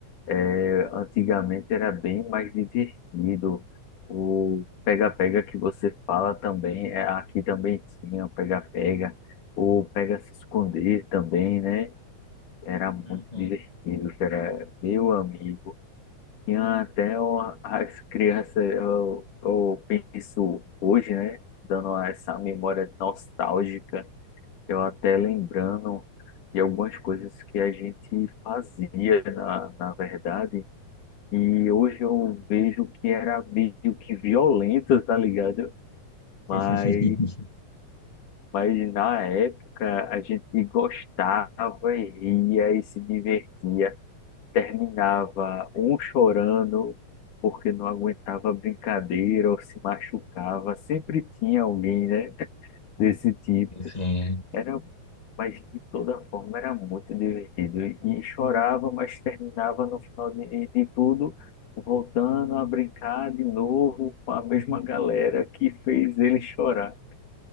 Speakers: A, on the left (about 85°); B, on the left (about 15°).
A: É, antigamente era bem mais divertido. O pega-pega que você fala também, é, aqui também tinha o pega-pega. O pega-se-esconder também, né? Era muito
B: Uhum.
A: divertido, que era meu amigo. Tinha até uma- as crianças, eu, eu penso hoje, né? Dando essa memória nostálgica, eu até lembrando de algumas coisas que a gente fazia, na, na verdade e hoje eu vejo que era meio que violento, tá ligado? Mas,
B: <laughs>
A: mas na época a gente gostava e ria e se divertia. Terminava um chorando porque não aguentava brincadeira ou se machucava. Sempre tinha alguém, né? Desse tipo.
B: Sim,
A: Era, mas de toda forma era muito divertido. E chorava, mas terminava no final de, de tudo, voltando a brincar de novo com a mesma galera que fez ele chorar.